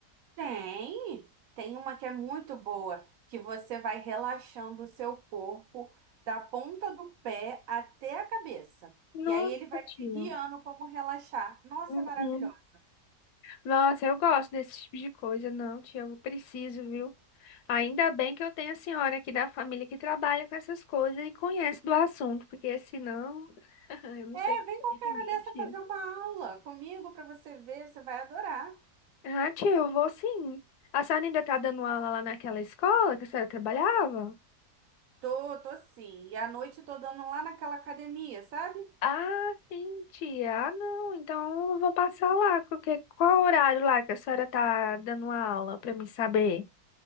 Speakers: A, on the right (about 65°); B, on the left (about 80°).
A: Tem! Tem uma que é muito boa, que você vai relaxando o seu corpo da ponta do pé até a cabeça.
B: Nossa,
A: E aí ele vai
B: tia.
A: te guiando como relaxar. Nossa,
B: Uhum.
A: é maravilhosa.
B: Nossa, eu gosto desse tipo de coisa, não, tia, eu preciso, viu? Ainda bem que eu tenho a senhora aqui da família que trabalha com essas coisas e conhece do assunto, porque senão, <laughs> eu não
A: É,
B: sei o que
A: vem qualquer
B: seria de
A: hora
B: mim,
A: dessa
B: tia.
A: fazer uma aula comigo para você ver, você vai adorar.
B: Ah, tia, eu vou sim. A senhora ainda tá dando aula lá naquela escola que a senhora trabalhava?
A: Tô, tô sim. E à noite eu tô dando lá naquela academia, sabe?
B: Ah, sim, tia. Ah, não. Então eu vou passar lá. Porque qual horário lá que a senhora tá dando aula pra mim saber?